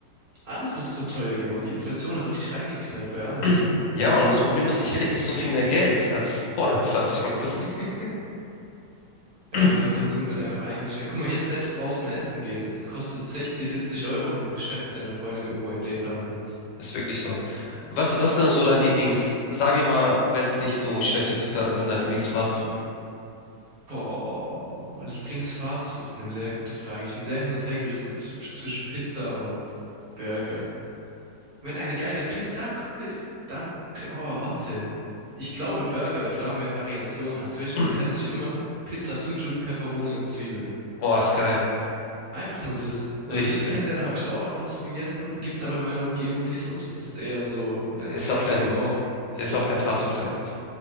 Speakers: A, on the right; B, on the left.
A: Alles ist zu teuer geworden. Die Inflation hat richtig reingeknallt bei allem.
B: <clears throat> Ja, Mann, und das Problem ist, ich krieg nicht so viel mehr Geld als <laughs> vor der Inflation. Das
A: <laughs> Ja,
B: <clears throat>
A: unser Konsum wird einfach eingeschränkt. Guck mal, jetzt selbst draußen essen gehen. Es kostet 60, 70 Euro, wenn du gescheit mit deiner Freundin irgendwo ein Date haben willst.
B: ist wirklich so. Was, was ist denn so dein Lieblings, sag mir mal, wenn es nicht so schlechte Zutaten sind, dein Lieblingsfastfood?
A: Boah, Lieblingsfastfood ist eine sehr gute Frage. Ich bin sehr hin und her gerissen zw- zwischen Pizza und Burger. Wenn eine geile Pizza k- ist, dann, Pi- oh, warte. Ich glaube Burger, weil du da mehr Variation hast. Ich weiß, Pizza
B: <clears throat>
A: heißt nicht immer Pizza, Sucuk, Pepperoni und Zwiebeln.
B: Oh, ist geil.
A: Einfach nur das. Oder
B: Richtig
A: Iskender
B: geil.
A: habe ich auch ab und zu gegessen. Gibt's aber in meiner Umgebung nicht so. Das ist eher so na-
B: Ist
A: mehr
B: auch
A: Richtung
B: kein,
A: Norden.
B: ist auch kein Fastfood eigentlich.